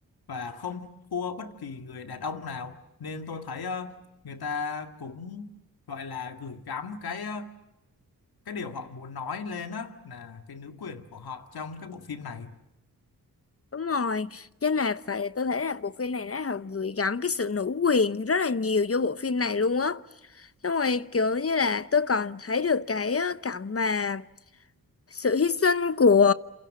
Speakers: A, on the left (about 80°); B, on the left (about 40°).
A: và không thua bất kỳ người đàn ông nào nên tôi thấy ờ, người ta cũng gọi là gửi gắm cái ờ, cái điều họ muốn nói lên á là cái nữ quyền của họ trong cái bộ phim này.
B: đúng rồi cho nên là phải tôi thấy là bộ phim này nó họ gửi gắm cái sự nữ quyền rất là nhiều vô bộ phim này luôn á xong rồi kiểu như là tôi còn thấy được cái ờ, cảnh mà sự hy sinh của